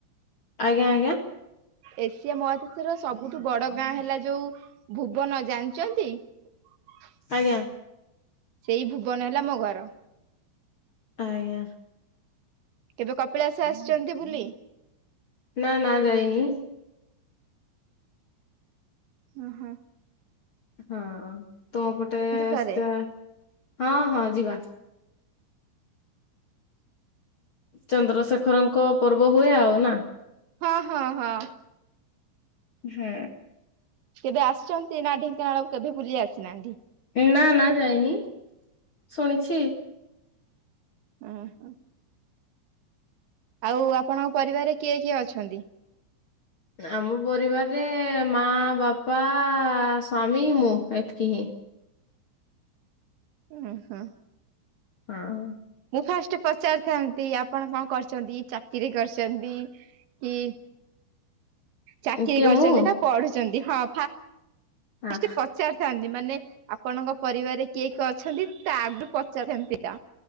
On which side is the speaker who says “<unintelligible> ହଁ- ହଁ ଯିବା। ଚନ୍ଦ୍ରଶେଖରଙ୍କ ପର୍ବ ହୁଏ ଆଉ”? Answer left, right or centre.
Left